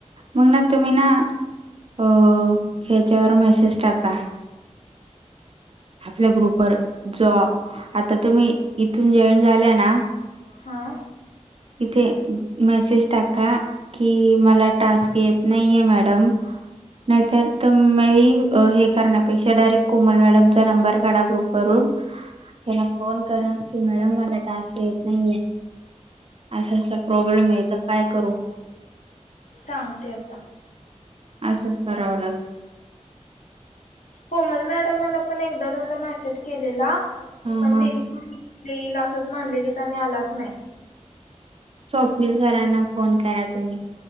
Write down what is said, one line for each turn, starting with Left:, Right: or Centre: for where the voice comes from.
Right: मगना तुम्ही ना अ ह्याच्यावर मेसेज टाका. आपल्या ग्रुपवर, जो आता तुमी इथून जॉईन झाल्या ना
Left: हा.
Right: इथे मेसेज टाका, की मला टास्क येत नाहीये मॅडम नाहीतर तुम म्ही हे करण्यापेक्षा डायरेक्ट कोमल मॅडमचा नंबर काढा ग्रुप वरून त्यांना फोन करा, की मॅडम मला टास्क येते नाहीयेत. असा असा प्रॉब्लेम आहे, तर काय करू?
Left: सांगते आता.
Right: असंच करावं लाग
Left: कोमल मॅडमांनापण एकदा दोनदा मेसेज केलेला
Right: हा
Left: पण
Right: हा
Left: तेनी पण येईल असंच म्हणलेलीत आणि आलाच नाय.
Right: स्वप्नील सरांना फोन करा तुम्ही.